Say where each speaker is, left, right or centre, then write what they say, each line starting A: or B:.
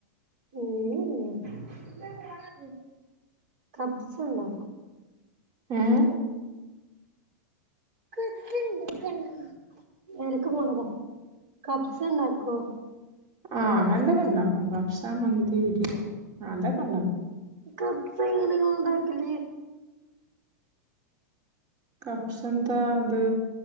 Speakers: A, on the right; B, on the right.
A: <unintelligible>
B: ഉം
A: കപ്സ് ഉണ്ടാക്ക
B: ഏഹ്
A: <unintelligible> പോണതാ കപ്സണ്ടാക്കോ
B: ആഹ് അങ്ങനെത്തെക്കെ ഉണ്ടാക്കും ഭക്ഷണം മന്തി ബിരിയാണി അതൊക്കെ ഉണ്ടാക്കും
A: കപ്സ എങ്ങനേണ് ഇങ്ങള് ണ്ടാക്കലേ
B: കപ്സ് എന്താ അത്